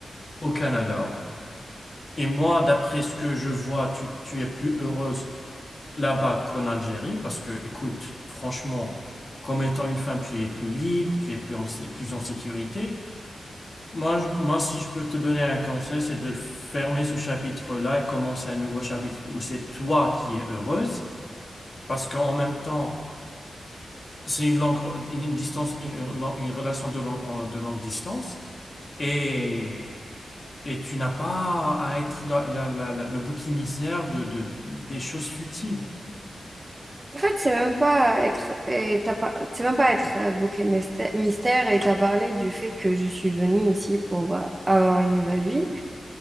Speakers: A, on the left (about 45°); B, on the right (about 25°).
A: au Canada. Et moi, d'après ce que je vois, tu, tu es plus heureuse là-bas qu'en Algérie parce que, écoute, franchement, comme étant une femme, tu es plus libre, tu es plus en, sé- plus en sécurité. Moi, je- moi, si je peux te donner un conseil, c'est de fermer ce chapitre-là et commencer un nouveau chapitre où c'est toi qui es heureuse parce qu'en même temps, c'est une langue, une une distance, une, une- long- une relation de longue, de longue distance et, et tu n'as pas à être la- la- la- la- le bouc émissaire de, de- de- des choses futiles.
B: En fait, c'est même pas être, et t'as pas, c'est même pas être euh, bouc et mystère, et t'as parlé du fait que je suis venue ici pour euh, avoir une nouvelle vie.